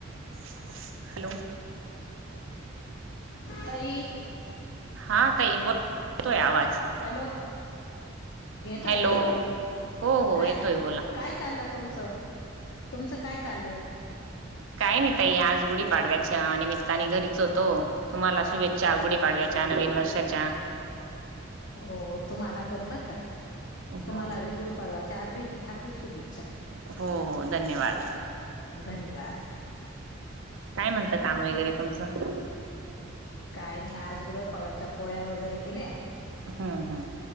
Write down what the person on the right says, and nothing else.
Hello.
हा ताई बोल, येतोय आवाज.
हॅलो
हो हो
येतोय बोला
काय नाही ताई, आज गुढी पाडव्याच्या निमित्ताने घरीच होतो. तुम्हाला शुभेच्छा च्या गुढीपाडव्याच्या
नवीन वर्षाच्या
हो
हो हो, धन्यवाद.
काय म्हणत काम वगैरे तुमचं?
हम्म हम्म.